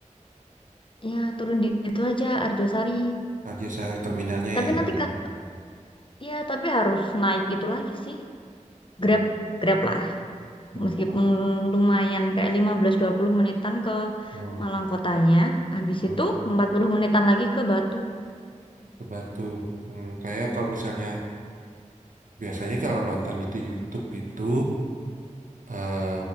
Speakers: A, on the left; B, on the right.
A: ya turun di itu aja Arjosari,
B: Aja saya terminalnya
A: tapi
B: ya.
A: nanti
B: gitu.
A: Kak, ya tapi harus naik itu lagi sih, Grab,
B: Hmm.
A: Grab lah.
B: Hmm.
A: meskipun lumayan kayak lima belas dua puluh menitan ke
B: Hmm.
A: Malang kotanya, habis
B: Hmm.
A: itu 40 menitan lagi ke Batu.
B: Ke Batu. Hmm. Kayak kalau misalnya biasanya kalau nonton itu YouTube itu eh